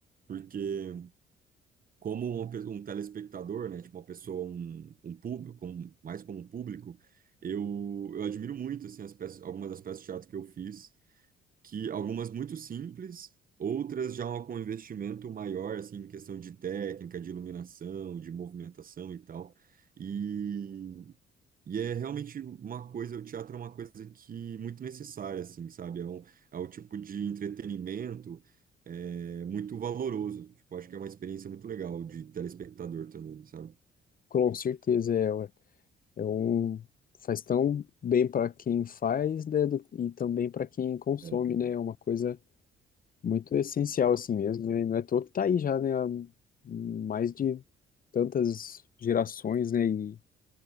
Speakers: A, on the right; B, on the left.
A: porque como uma pe- um telespectador, né, tipo uma pessoa, um, um público, como- mais como um público, eu, eu admiro muito assim as peças, algumas das peças de teatro que eu fiz que algumas muito simples, outras já com investimento maior, assim, em questão de técnica, de iluminação, de movimentação e tal. E, e é realmente uma coisa, o teatro é uma coisa que muito necessária, assim, sabe? É um, é um tipo de entretenimento é, muito valoroso. Tipo, acho que é uma experiência muito legal de telespectador também, sabe?
B: Com certeza é, ué. É um faz tão bem para quem faz, né, do- e também para quem consome,
A: É, é,
B: né? É uma coisa muito essencial assim mesmo, né? Não é à toa que tá aí já, né? há mais de tantas gerações, né? E,